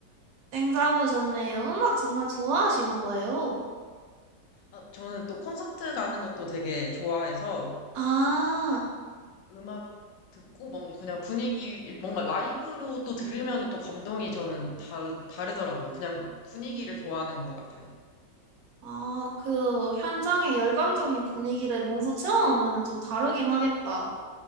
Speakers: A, on the right (about 70°); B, on the left (about 80°).
A: 땡 잡으셨네요. 음악 정말 좋아하시나 봐요.
B: 아, 저는 또 콘서트 가는 것도 되게 좋아해서,
A: 아,
B: 음악 듣고 뭔가 그냥 분위기 뭔가 라이브로 또 들으면 또 감동이 저는 다, 다르더라고요. 그냥 분위기를 좋아하는 것 같아요.
A: 아, 그 현장의 열광적인 분위기를 몸소 체험하면은 좀 다르긴 하겠다.